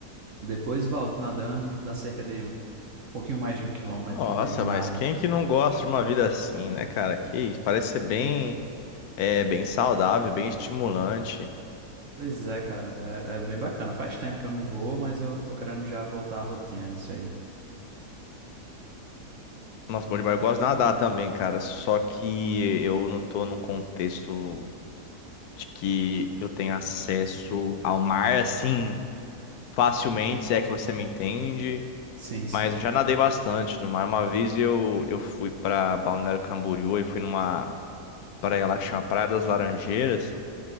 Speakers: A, on the right; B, on the left.
A: Depois volto nadando, dá cerca de um pouquinho mais de um quilômetro
B: Nossa,
A: de, de nado.
B: mas quem é que não gosta de uma vida assim, né, cara? Que isso, parece ser bem, é, bem saudável, bem estimulante.
A: Pois é, cara, é, é bem bacana. Faz tempo que eu não vou, mas eu tô querendo já voltar à rotina disso aí.
B: Nossa, bom demais. Eu gosto de nadar também, cara, só que eu não tô num contexto de que eu tenha acesso ao mar assim facilmente, se é que você me entende.
A: Sim, sim.
B: Mas eu já nadei bastante no mar. Uma vez eu, eu fui pra Balneário Camboriú, eu fui numa praia lá que chama Praia das Laranjeiras.